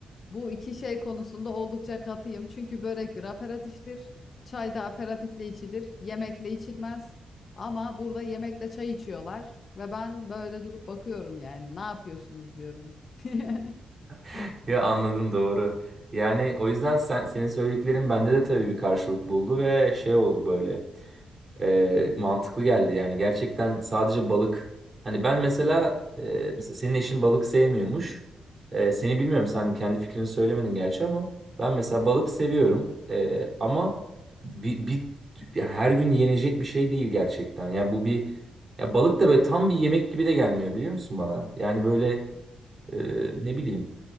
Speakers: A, on the left (about 55°); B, on the right (about 35°).
A: Bu iki şey konusunda oldukça katıyım. Çünkü börek bir aperatiftir. Çay da aperatifle içilir. Yemekle içilmez. Ama burada yemekle çay içiyorlar ve ben böyle durup bakıyorum yani. Ne yapıyorsunuz diyorum. <laughs>
B: <laughs> ya anladım doğru. Yani o yüzden sen senin söylediklerin bende de tabii bir karşılık buldu ve şey oldu böyle. E, mantıklı geldi yani gerçekten sadece balık. Hani ben mesela, e, mesela senin eşin balık sevmiyormuş. E, seni bilmiyorum sen kendi fikrini söylemedin gerçi ama ben mesela balık seviyorum. E, ama bir, bir ya her gün yenecek bir şey değil gerçekten. Yani bu bir ya balık da böyle tam bir yemek gibi de gelmiyor biliyor musun bana? Yani böyle e, ne bileyim